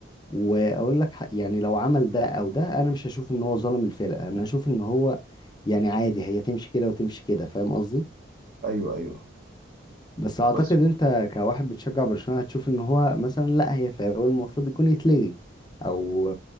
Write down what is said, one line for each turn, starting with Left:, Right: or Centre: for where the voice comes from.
Left: واقول لك حق- يعني لو عمل ده او ده انا مش هشوف ان هو ظلم الفرقه انا هشوف ان هو يعني عادي هي تمشي كده وتمشي كده فاهم قصدي
Right: ايوه ايوه
Left: بس اعتقد
Right: بس
Left: انت كواحد بتشجع برشلونه هتشوف ان هو مثلا لا هي فاول المفروض يكون يتلغي او